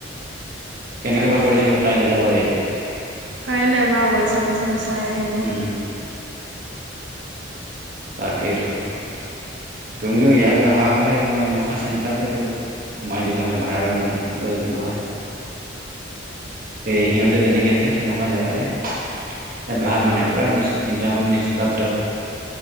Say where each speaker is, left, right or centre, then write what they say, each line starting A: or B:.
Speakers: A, on the right; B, on the right.
A: কেনেকৈ
B: তাকে
A: বা কৰিছে মই কাইলে যাব লাগিব।
B: কাইলে বাও গৈ চাবচোন চাই আহিব।
A: উম, তাকেইতো তুমিও ইয়ালৈ অহা হলে মই এনেকোৱা চেণ্টাৰতে তোক সোমাই দিলো হয় ভাড়া ৰুম লৈ দিলো হয়। এই সিহঁতে যেনেকে আছে তেনেকোৱা জেগাতে। ইয়াত ভাল মানে পুৰা নি নিজম নিস্তব্ধ।